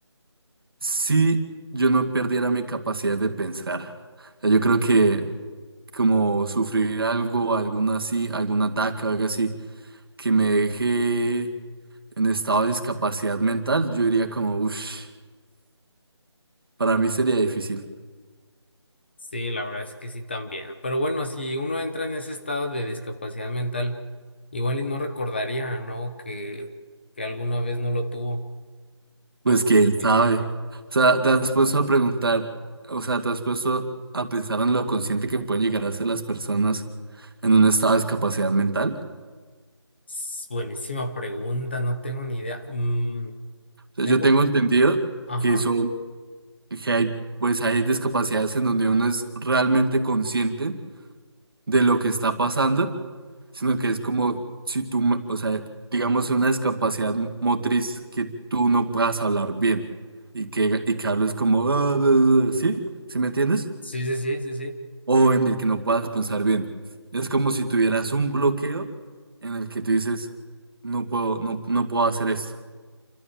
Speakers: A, on the right; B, on the left.
A: si yo no perdiera mi capacidad de pensar. O sea, yo creo que como sufrir algo, algún así, algún ataque o algo así, que me deje en estado de discapacidad mental, yo diría como, uff, para mí sería difícil.
B: Sí, la verdad es que sí también. Pero bueno, si uno entra en ese estado de discapacidad mental, igual y no recordaría, ¿no? Que, que alguna vez no lo tuvo.
A: Pues
B: ¿O tú
A: quién
B: qué opinas?
A: sabe. O sea, te has puesto a preguntar, o sea, te has puesto a pensar en lo consciente que pueden llegar a ser las personas en un estado de discapacidad mental.
B: S- Buenísima pregunta, no tengo ni idea. Mm,
A: O sea,
B: tengo,
A: yo tengo entendido
B: ajá.
A: que son, que hay, pues hay discapacidades en donde uno es realmente consciente de lo que está pasando, sino que es como si tú, m- o sea, digamos una discapacidad motriz que tú no puedas hablar bien y que, y que hables como, "Ah, ah, ah", ¿sí? ¿Sí me entiendes?
B: Sí, sí, sí, sí, sí.
A: o en el que no puedas pensar bien. Es como si tuvieras un bloqueo en el que tú dices, no puedo, no, no puedo hacer esto.